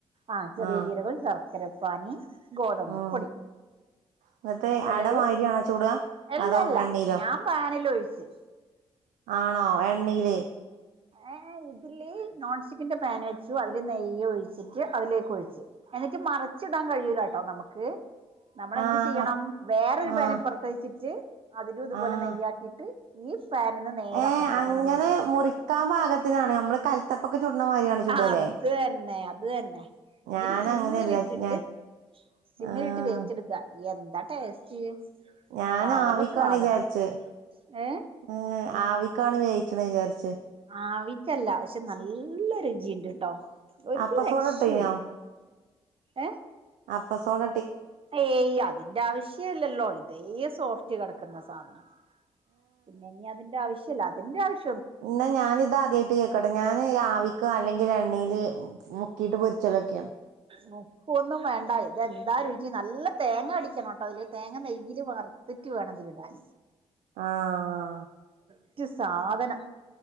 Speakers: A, on the right (about 45°); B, on the right (about 80°).
A: ആ ചെറിയ
B: ആഹ്
A: ജീരകം ശർക്കരപ്പാനി ഗോതമ്പ്പ്പൊടി
B: ഉം എന്നിട്ട്
A: ചിലര്
B: അട മാതിരിയാണോ ചുടുക
A: എല്ലല്ല
B: അതോ എണ്ണയിലോ
A: ഞാൻ പാനിൽ ഒഴിച്ചു
B: ആണോ എണ്ണയില്
A: ഏ ഇതിലെ നോൺ സ്റ്റിക്കിന്റെ പാൻച്ചു അതില് നെയ്യോ ഒഴിച്ചിട്ട് അതിലേക്ക് ഒഴിച്ചു എന്നിട്ട് മറി ച്ചിടാൻ കഴിയൂല കേട്ടോ നമുക്ക് നമ്മളെന്ത്
B: ആഹ്
A: ചെയ്യണം
B: അപ്
A: വേറൊരു
B: ആഹ്
A: പാൻ ഇപ്പുറത്ത് വെച്ചിട്ട് അതിലും ഇതുപോലെ
B: ആഹ്
A: നെയ്യാക്കിയിട്ട് പാനീന്ന് നേരെ
B: ഏഹ്
A: അപ്പുറത്തേക്ക്
B: അങ്ങനെ
A: അങ്ങോട്ട് കൊട്ടിക്കൊടുക്കുക
B: മുറിക്കാൻ പാകത്തിനാണ് നമ്മള് കൽത്തപ്പൊക്കെ ചുടണ മാതിരിയാണ് ചുടുകല്ലേ
A: അത് തന്നെ അത് തന്നെ
B: ഞാൻ
A: എന്നിട്ട് സിമ്മിലിട്ടിട്ട്
B: അങ്ങനെയല്ല ഞാൻ
A: സിമ്മിലിട്ട്
B: ആഹ്
A: വേവിച്ചെടുക്കുക എ എന്താ ടേസ്റ്റ്
B: ഞാൻ
A: പവർ
B: ആവിക്കാണ്
A: സാധനം
B: വിചാരിച്ച്
A: ഏ
B: ഉം ആവിക്കാണ് വേവിച്ച് വിചാരി
A: ആവിക്കല്ല പക്ഷെ നല്ല രുചിയുണ്ട് ട്ടോ ഒരു
B: അപ്പസോഡ
A: രക്ഷയും
B: ഇട്ടീനോ
A: ഇല്ല ഏ
B: അപ്പ സോട
A: ഏയ് അതിന്റെ ആവശ്യല്ലല്ലോ ഇതേ സോഫ്റ്റ് കിടക്കുന്ന സാധനം പിന്നെ ഇനി അതിന്റെ ആവശ്യല്ല അതിന്റെ ആവശ്യ
B: ഇന്നാ ഞാനിത് ആദ്യമായിട്ട് കേൾക്കട്ടെ ഞാന് രവിക്ക് അല്ലെങ്ക എണ്ണിയിൽ മുക്കിട്ട് പൊരിച്ചലൊക്കെയാണ്
A: മുപ്പൊന്നും വേണ്ട ഇതെന്താ രുചി നല്ല തേങ്ങ അടിക്കണം ട്ടോ അതില് തേങ്ങ നെയ്യും വറുത്തിട്ട് വേണം തിരിടാൻ
B: ആഹ
A: മറ്റ് സാധനം